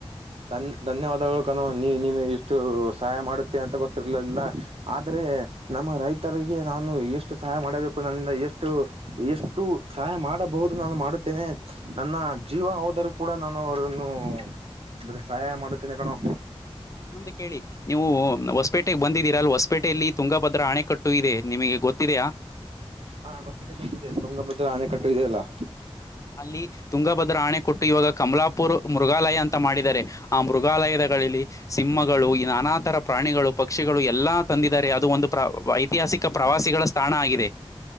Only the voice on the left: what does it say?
ಇನ್ನೊಂದು ಕೇಳಿ ನೀವು ಹೊಸಪೇಟೆಗೆ ಬಂದಿದ್ದೀರಾಲವಾ ಹೊಸಪೇಟೆಯಲ್ಲಿ ತುಂಗಭದ್ರ ಅಣೆಕಟ್ಟು ಇದೆ ನಿಮಗೆ ಗೊತ್ತಿದೆಯಾ.
ಅಲ್ಲಿ ತುಂಗಭದ್ರಾ ಆಣೆ ಕೊಟ್ಟು ಇವಾಗ ಕಮಲಾಪುರ್ ಮೃಗಾಲಯ ಅಂತ ಮಾಡಿದ್ದಾರೆ ಆ ಮೃಗಾಲಯದಗಳಲ್ಲಿ ಸಿಂಹಗಳು ನಾನಾ ತರಾ ಪ್ರಾಣಿಗಳು, ಪಕ್ಷಿಗಳು ಎಲ್ಲಾ ತಂದಿದಿದ್ದಾರೆ ಅದು ಒಂದು ಪ್ರ ಐತಿಹಾಸಿಕ ಪ್ರವಾಸಿಗಳ ತಾಣ ಆಗಿದೆ